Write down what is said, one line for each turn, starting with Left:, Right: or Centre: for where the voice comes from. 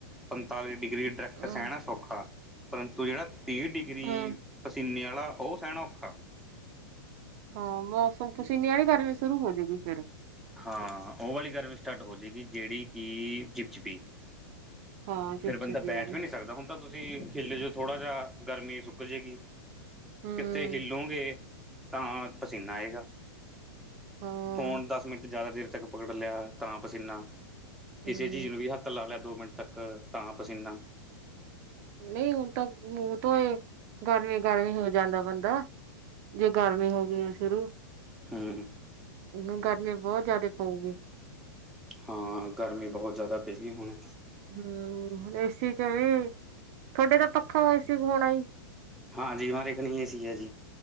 Centre: ਪੰਤਾਲੀ ਡਿਗਰੀ ਡਾਇਰੈਕਟ
Right: ਹਮ
Centre: ਸਹਿਣਾ ਸੌਖਾ ਪਰੰਤੂ ਜਿਹੜਾ ਤੀਹ ਡਿਗਰੀ
Right: ਹਮ
Centre: ਪਸੀਨੇ ਵਾਲਾ ਉਹ ਸਹਿਣਾ ਔਖਾ।
Right: ਹਾਂ ਮਸੀਨੀ ਆਲੇ ਕਰਨ ਸ਼ੁਰੂ ਹੋਜਗੀ ਫੇਰ।
Centre: ਹਾਂ ਉਹ ਵਾਲੀ ਗਰਮੀ ਸਟਾਰਟ ਹੋ ਜਾਵੇਗੀ ਜਿਹੜੀ ਕਿ ਚਿਪਚਿਪੀ
Right: ਹਾਂ ਚਿਪਚਿਪੀ
Centre: ਫੇਿਰ ਬੰਦਾ ਬੈਠ
Right: ਵਾਲੀ
Centre: ਵੀ ਨਹੀਂੀ ਸਕਦਾ ਹੁੰਦਾ। ਤਾਂ ਤੁਸੀਂ ਹਿੱਲ ਜਾ ਥੋੜਾ ਜਾਿਹਾ ਗਰਮੀ ਸੁੱਕ ਜਾੇਗੀ
Right: ਹਮ
Centre: ਕਿੱਥੇ ਹਿੱਲੋਗੇ ਤਾਂ ਪਸੀਨਾ ਆਏਗਾ
Right: ਹਾਂ
Centre: ਫੋਣ ਦਸ ਮਿੰਟ ਜ਼ਿਆਦਾ ਦੇਰ ਤੱਕ ਪਕੜ ਲਿਆ ਤਾਂ ਪਸੀਨਾ ਕਿਸੇ
Right: ਹਮ
Centre: ਚੀਜ਼ ਨੂੰ ਵੀ ਹੱਥ ਲਾ ਲਿਆ ਦੋ ਮਿੰਟ ਤੱਕ। ਤਾਂ ਪਸੀਨਾ
Right: ਨਹੀਂ ਹੁਣ ਤਾਂ ਮੂੰਹ ਤੋਂ ਇਹ ਗਰਮੀ ਗਰਮੀ ਹੋ ਜਾਂਦਾ ਬੰਦਾ। ਜੇ ਗਰਮੀ ਹੋ ਗਈ ਆ ਸ਼ੁਰੂ
Centre: ਹਮ,
Right: ਹਣ ਗਰਮੀ ਬਹੁਤ ਜਿਆਦਾ ਪਊਗੀ।
Centre: ਹਾਂ ਗਰਮੀ ਬਹੁਤ ਜ਼ਿਆਦਾ ਪਹੀ ਹੁਣ
Right: ਹਮ ਏਸੀ ਕਿ ਵੀ ਤੁਹਾਡੇ ਤਾਂ ਪੱਖਾ ਹੋ ਏ ਸੀ ਹੋਣਾ
Centre: ਹਾਂਜੀ ਹਮਾਰੇ ਘਰ ਏ ਸੀ ਹੈ ਜੀ